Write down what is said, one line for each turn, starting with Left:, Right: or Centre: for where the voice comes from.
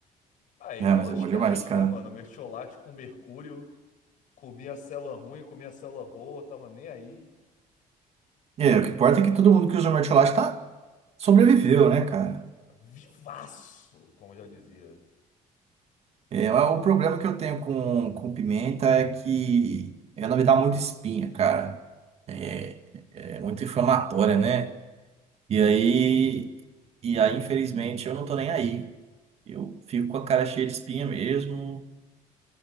Left: Ah, é
Right: É,
Left: igual
Right: mas
Left: antigamente,
Right: é bom demais, cara.
Left: né, mano? Mertiolate com mercúrio, comia célula ruim, comia célula boa, tava nem aí.
Right: E aí, o que importa é que todo mundo que usa o mertiolate tá sobreviveu, né, cara?
Left: Vivaço, como eu já dizia.
Right: É, o problema que eu tenho com, com pimenta é que ela me dá muita espinha, cara. É, é muito inflamatória, né? E aí, e aí, infelizmente, eu não tô nem aí. Eu fico com a cara cheia de espinha mesmo